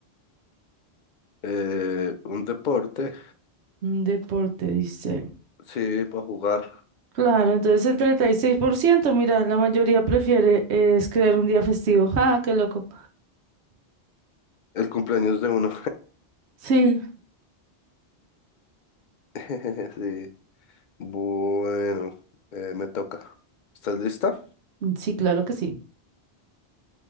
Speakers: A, on the left (about 55°); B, on the right (about 75°).
A: Eh, un deporte,
B: Un deporte, dice.
A: sí, para jugar.
B: Claro, entonces el treinta y seis por ciento. mira, la mayoría prefiere es crear un día festivo. <laughs> ¡Ja, qué loco!
A: El cumpleaños de uno.
B: Sí,
A: <laughs> Sí. Bueno, eh, me toca. ¿Estás lista?
B: sí, claro que sí.